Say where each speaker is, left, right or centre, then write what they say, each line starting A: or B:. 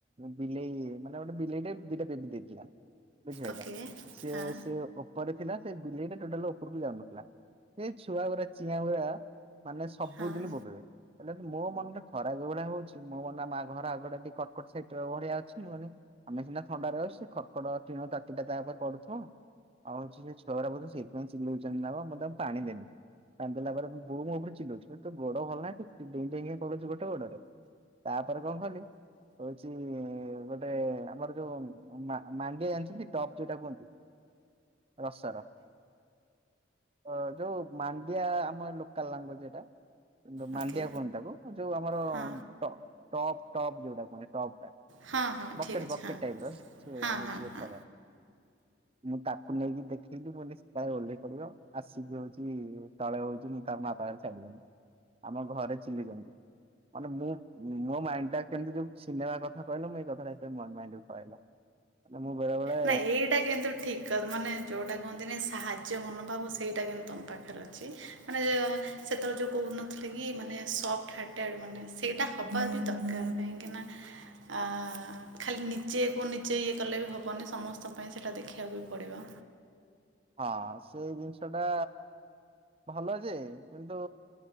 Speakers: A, on the right (about 30°); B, on the right (about 85°).
A: ବିଲେଇ ମାନେ ଗୋଟେ ବିଲେଇଟେ ଦିଟା ବେବି ଦେଇଥିଲା ବୁଝି ପାଇଲ
B: ଓକେ
A: ସେ
B: ହଁ
A: ସେ ଉପରେ ଥିଲା ସେ ବିଲେଇଟା ଟୋଟାଲ ଉପରକୁ ଯାଉନଥିଲା ସେ ଛୁଆ ଉରା ଚିଆ ଉରା ମାନେ ସବୁଦିନ
B: ହଁ
A: ବୋବେଇବେ। ହେଲେ କି ମୋ ମନରେ ଖରା ଏଇଭଳିଆ ହଉଚି ମୋ ମାନେ ମା ଘର ଆଗୁଡା ଟିକେ କଟକଟ ସାଇଟ ଭଳିଆ ଅଛି ମୁଁ କନି ଆମେ ସିନା ଥଣ୍ଡା <unintelligible> ସେ କରକଟ ଟିଣ ତାତିଟା ତା ଉପରେ ପଡୁଥିବ ଆଉ ହଉଚି ସେ ଛୁଆ ଗୁଡା ବୋଧେ ସେଇ ଚିଲଉଚନ୍ତି ନା କଣ ମୁଁ ତାଙ୍କୁ ପାଣି ଦେନି। ପାଣି ଦେଲା ପରେ ମୋ ବୋଉ ମୋ ଉପରେ ଚିଲଉଚି। କୋଉଚି ତୋ ଗୋଡ ଭଲ ନାହିଁ ତୁ ଡେଇଁ ଡେଇଁକି ପଲଉଚୁ ଗୋଟେ ଗୋଡରେ। ତାପରେ କଣ କଲି ହଉଚି ଗୋଟେ ଗୋଟେ ଆମର ଯୋଉ ମା ମାଣ୍ଡିଆ ଜାଣିଚନ୍ତି ଟପ୍ ଯୋଉଟା କୁହନ୍ତି ରସ ର। ଅ ଯୋଉ ମାଣ୍ଡିଆ ଆମ ଲୋକାଲ ଲାଙ୍ଗୁଏଜ ଏଇଟା।
B: ଓକେ
A: ମାଣ୍ଡିଆ କୁହନ୍ତି ତାକୁ ଯୋଉ ଆମର
B: ହଁ
A: ଟ ଟବ୍ ଟବ୍ ଯୋଉଟା କୁହନ୍ତି ଟବ୍ ଟା।
B: ହଁ ହଁ
A: ବକେଟ
B: ଠିକ୍ ଅଛି
A: ବକେଟ
B: ହଁ
A: ଟାଇପ ର ସେ
B: ହଁ
A: ହଉଚି
B: ହଁ
A: ଏଥର
B: ହଁ
A: ମୁଁ ତାକୁ ନେଇକି ଦେଖେଇଲିି ମୁଁ କଲି କାଳେ ଓହ୍ଲେଇ ପଡିବ ଆସିକି ହଉଚି ତଳେ ହଉଚି ମୁଁ ତା ମା ପାଖରେ ଛାଡିଦେମି। ଆମ ଘରେ ଚୁଲିଚନ୍ତି। ମାନେ ମୁଁ ମୋ ମାଇଣ୍ଡ ଟା କେମିତି ଯୋଉ ସିନେମା କଥା କହିଲ ମୁଁ ଏଇ କଥାଟା ମୋ ମାଇଣ୍ଡ କୁ ପଳେଇଆଇଲା। ମୁଁ ବେଳେବେେଳେ
B: ନା ଏଇଟା କିନ୍ତୁ ଠିକ୍ ମାନେ ଯୋଉଟା କୁହନ୍ତିନି ସାହାଯ୍ୟ ମନୋଭାବ ସେଇଟା କିନ୍ତୁ ତମ ପାଖରେ ଅଛି। ମାନେ ସେତେବେଳେ ଯେଉଁ କହୁନଥିଲେ କି ମାନେ ସଫ୍ଟ ହାର୍ଟେଡ଼୍ ମାନେ ସେଇଟା ହବା ବି ଦ ଦର ପାଇଁ କି ନା ଆ ଖାଲି ନିଜେ କ ନିଜେ ଇଏ କଲେ ବି ହ ହବନି ସମସ୍ତଙ୍କ ପାଇଁ ସେଇଟା ଦେଖିବାକୁ ବି ପଡ଼ିବ
A: ହଁ ସେ ଜିନିଷ ଟା ଭଲ ଯେ କିନ୍ତୁ